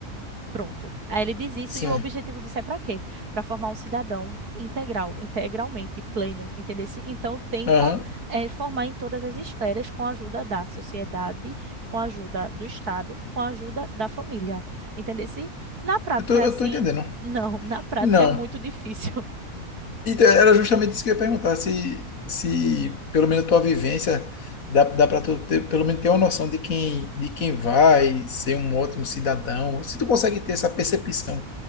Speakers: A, on the right; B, on the left.
A: Pronto. Aí ele diz isso
B: sim,
A: e o objetivo disso é para quê? Para formar um cidadão integral, integralmente pleno, entendeu? Então tenta
B: aham.
A: eh, formar em todas as esferas com a ajuda da sociedade, com a ajuda do Estado, com a ajuda da família, entendeu? Na prática
B: Eu tô, eu
A: é assim?
B: tô entendendo.
A: Não, <laughs> na prática
B: Não.
A: é muito difícil.
B: E é, era justamente isso que eu ia perguntar, se, se pelo menos a tua vivência dá, dá para tu ter, pelo menos ter uma noção de quem, de quem vai ser um ótimo cidadão, se tu consegue ter essa percepção.